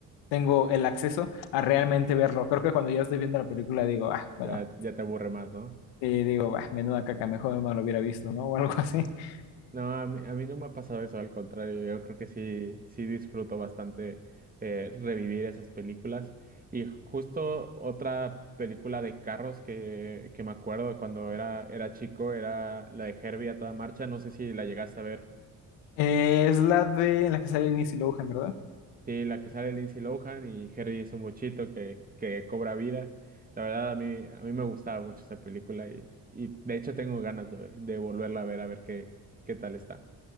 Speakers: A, on the left; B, on the right.
A: tengo el acceso a realmente verlo. Creo que cuando ya estoy viendo la película digo, ah, bueno.
B: Ya, ya te aburre más, ¿no?
A: Y digo, bah, menuda caca, mejor no lo hubiera visto, ¿no? <laughs> O algo así. <laughs>
B: No, a mí, a mí no me ha pasado eso, al contrario, yo creo que sí, sí disfruto bastante eh, revivir esas películas. Y justo otra película de carros que, que me acuerdo cuando era, era chico era la de Herbie a toda marcha, no sé si la llegaste a ver.
A: Eh, es la de en la que sale Lindsay Lohan, ¿verdad?
B: Sí, la que sale Lindsay Lohan y Herbie es un bochito que, que cobra vida. La verdad, a mí, a mí me gustaba mucho esa película y, y de hecho tengo ganas de, de volverla a ver, a ver qué, qué tal está.